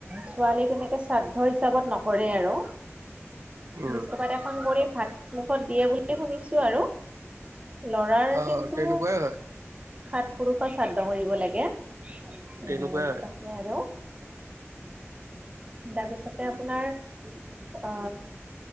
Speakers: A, on the right; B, on the right.
A: ছোৱালী তেনেকে শ্ৰাদ্ধ হিচাপত নকৰে আৰু।
B: উম
A: বিষ্ণুপাথ এখন কৰি ভাত মুখত দিয়ে বুলি শুনিছো আৰু। লৰাৰ
B: অ
A: কিন্তু
B: তেনেকুৱাই হয়
A: সাত পুৰুষৰ শ্ৰাদ্ধ কৰিব লাগে। উম
B: তেনেকুৱাই
A: <unintelligible>
B: হয়
A: আৰু তাৰপিছতে আপোনাৰ অ